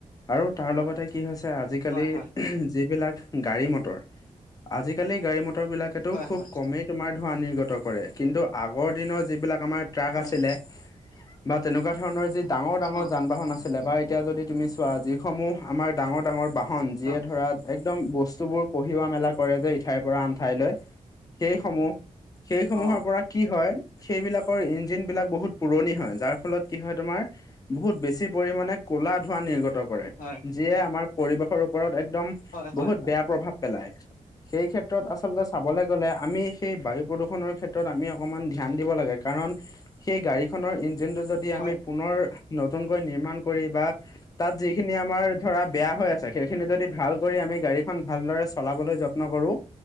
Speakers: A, on the left (about 25°); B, on the left (about 85°).
A: আৰু তাৰ লগতে কি হৈছে আজিকালি
B: হয় হয়
A: যিবিলাক গাড়ী মটৰ আজিকালি গাড়ী মটৰ বিলাকেতো
B: হয়
A: খুব
B: হয়
A: কমেই তোমাৰ ধোঁৱা নিৰ্গত কৰে কিন্তু আগৰ দিনৰ যিবিলাক আমাৰ ট্ৰাক
B: হয়
A: আছিলে বা তেনেকুৱা ধৰণৰ যি ডাঙৰ ডাঙৰ
B: অ
A: যান বাহন আছিলে বা এতিয়া যদি তুমি চোৱা যিসমূহ আমাৰ ডাঙৰ ডাঙৰ বাহন যিয়ে
B: অ
A: ধৰা একদম বস্তুবোৰ কঢ়িওৱা মেলা কৰে যে ইঠাইৰ পৰা আন ঠাইলৈ সেই সমূহ সেই সমূহৰ
B: অ
A: পৰা কি হয় সেইবিলাকৰ ইঞ্জিন বিলাক বহুত পুৰণি হয় যাৰ ফলত কি হয় তোমাৰ বহুত বেছি পৰিমণে কলা ধোঁৱা নিৰ্গত কৰে
B: হয়
A: যিয়ে আমাৰ পৰিৱেশৰ ওপৰত একদম
B: হয় হয়
A: বহুত বেয়া প্ৰভাৱ পেলাই। সেই ক্ষেত্ৰত আচলতে চাবলৈ- গলে আমি সেই বায়ু প্ৰদূষণৰ ক্ষেত্ৰত আমি অকমান ধ্যান দিব লাগে। কাৰণ সেই গাড়ী- ইঞ্জিনটো যদি
B: হয়
A: আমি পুনৰ নতুনকৈ নিৰ্মাণ কৰি বা তাত যিখিনি আমাৰ- ধৰা বেয়া হৈ আছে, সেইখিনি যদি ভাল কৰি আমি গাড়ীখন ভালদৰে চলাবলৈ যত্ন কৰো-